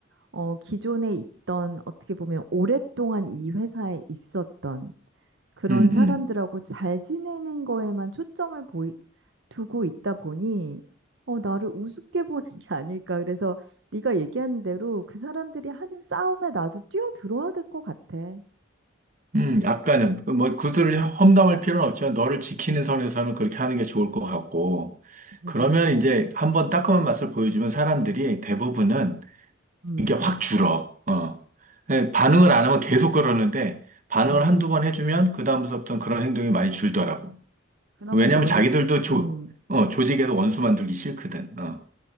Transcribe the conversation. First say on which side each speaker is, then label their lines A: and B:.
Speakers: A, on the right; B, on the right.
A: 어, 기존에 있던, 어떻게 보면 오랫동안 이 회사에 있었던 그런
B: 음,
A: 사람들하고
B: 음,
A: 잘 지내는 거에만 초점을 보이, 두고 있다 보니, 어, 나를 우습게 보는 게 아닐까. 그래서 네가 얘기한 대로 그 사람들이 하는 싸움에 나도 뛰어들어야 될 것 같아.
B: 음, 약간은. 그뭐 그들을 험담할 필요는 없지만 너를 지키는
A: 음,
B: 선에서는 그렇게 하는 게 좋을 것 같고.
A: 음,
B: 그러면
A: 음,
B: 이제 한번 따끔한 맛을 보여주면 사람들이 대부분은
A: 음.
B: 이게 확 줄어. 어. 네, 반응을 안 하면 계속 그러는데 반응을
A: 음.
B: 한두 번 해주면 그다음부터는 그런 행동이 많이 줄더라고.
A: 그러면
B: 왜냐면
A: 너는,
B: 자기들도 조,
A: 음.
B: 어, 조직에서 원수 만들기 싫거든. 어.